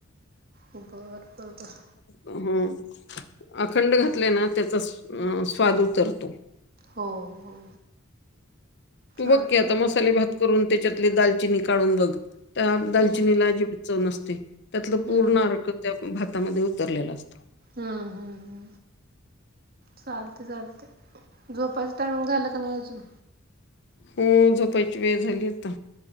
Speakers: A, on the right (about 45°); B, on the left (about 55°).
A: बर बरोबर.....
B: हं. अखंड घातले ना त्याचा स्वाद उतरतो.....
A: हो हो....
B: तू
A: चालते
B: बघ की आता मसाले भात करून त्याच्यातली दालचिनी काढून बघ? त्या
A: हम्म
B: दालचिनीला जे चव नसते त्यातलं
A: हम्म
B: पूर्ण
A: हम्म
B: अर्क त्या भातामध्ये उतरलेला असत......
A: ह ह ह चालते चालते झोपच..... टाईम झालं की नाही अजून?
B: हो झोपायची वेळ झाली आता